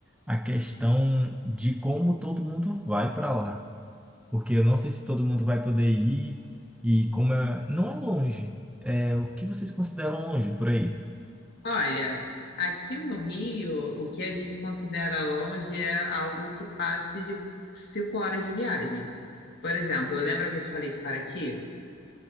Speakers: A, in the centre; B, on the left (about 55°).
A: a questão de como todo mundo vai para lá, porque eu não sei se todo mundo vai poder ir e como é, não é longe. É, o que vocês consideram longe por aí?
B: Olha, aqui no Rio, o que a gente considera longe é algo que passe de cinco horas de viagem. Por exemplo, lembra que eu te falei de Paraty?